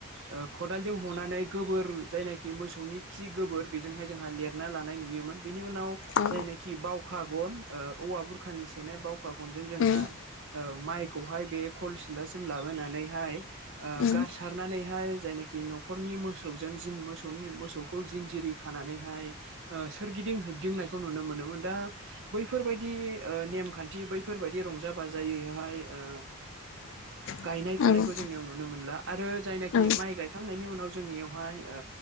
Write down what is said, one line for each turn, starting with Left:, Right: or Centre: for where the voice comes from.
Right: ओ खदालजों हनानै गोबोर जायनाखि मो नि खि गोबोर बेजोंहाय जोंहा लेरना लानाय नुयोमोन बेनि उनाव
Left: औ
Right: जायनोखि बावखा गन ओ औवा बुरखानि सैनाय बावखा गनजों जोंहा
Left: उम
Right: ओ माइखौहाय बे खल सिलासिम लाबोनानैहाय ओ
Left: उम
Right: गारसारनानैहाय जायनाखि न'खरनि मोसौजों जिन मोसौनि मोसौ खौ जिनजिरि खानानैहाय ओ सोरगिदिं होबदिंनायखौ नुनो मोनोमोन दा बैफोर बा दि ओ नेम खानथि बैफोरबादि रंजा बाजायैहाय ओ
Left: <inaudible>
Right: गायनाय
Left: औ
Right: फुनायखौ
Left: औ
Right: जोंनियाव नुनो मोनला आरो जायनाखि
Left: औ
Right: माइ गायखांनायनि उनाव जोंनियावहाय ओ